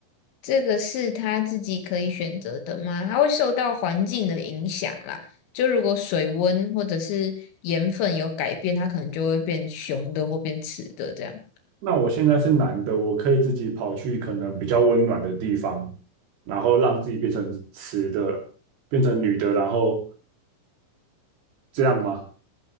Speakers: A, on the left; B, on the right.
A: 这个是他自己可以选择的吗？它会受到环境的影响啦。就如果水温或者是盐分有改变，它可能就会变雄的或变雌的这样。
B: 那我现在是男的，我可以自己跑去可能比较温暖的地方，然后让自己变成雌的，变成女的，然后这样吗？